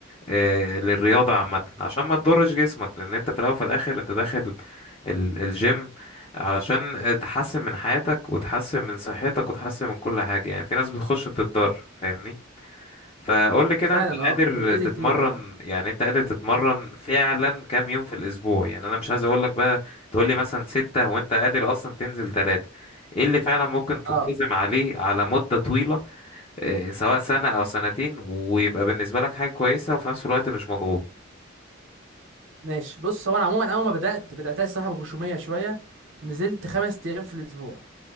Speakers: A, on the left; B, on the right.
A: آه للرياضة عامة عشان ما تضرش جسمك لان انت في الاول وفي الاخر انت داخل ال- الجيم علشان آه، تحسن من حياتك وتحسن من صحتك وتحسن من كل حاجة يعني في ناس بتخش بتتضر فاهمني فقول لي كده
B: ده فعلا
A: انت
B: اه
A: قادر
B: بيأذي
A: تتمرن
B: كتير اه
A: يعني انت قادر تتمرن فعلا كام يوم في الاسبوع يعني انا مش عايز اقول لك بقى تقول لي مثلا ستة وانت قادر اصلا تنزل ثلاثة ايه اللي فعلا ممكن تنتظم
B: اه
A: عليه على مدة طويلة اه، سواء سنة او سنتين ويبقى بالنسبة لك حاجة كويسة وفي نفس الوقت مش مضغوط
B: ماشي بص هو انا عموما اول ما بدات بدات الصراحه بغشوميه شويه نزلت خمس ايام في الاسبوع